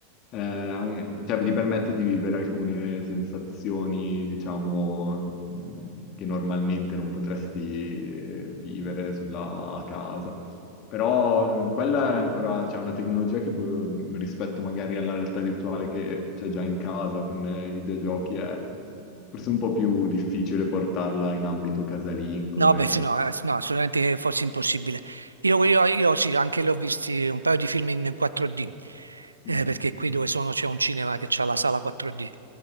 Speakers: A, on the left; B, on the right.
A: eh, cioè, ti permette di vivere alcune sensazioni, diciamo, mh, che normalmente non potresti eh, vivere sulla a casa. Però eh, quella è ancora, c'è una tecnologia che può- rispetto magari alla realtà virtuale che c'è già in casa con eh, i videogiochi è forse un po' più difficile portarla in ambito casalingo
B: No, beh,
A: e...
B: sì, no, eh, sì, no, assolutamente che fosse impossibile. Io, io, io sì, anche l'ho visti un paio di film in 4D, eh,
A: Mhm.
B: perché qui dove sono c'è un cinema che ha la sala 4D,